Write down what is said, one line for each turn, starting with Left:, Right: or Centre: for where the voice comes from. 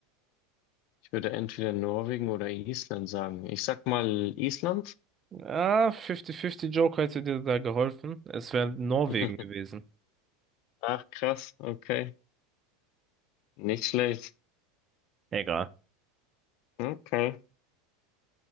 Left: ich würde entweder Norwegen oder Island sagen. Ich sag mal Island.
Right: Ah, 50-50 Joker hätte dir da geholfen. Es wäre Norwegen
Left: <laughs>
Right: gewesen.
Left: Ach, krass, okay. Nicht schlecht.
Right: Egal.
Left: Okay.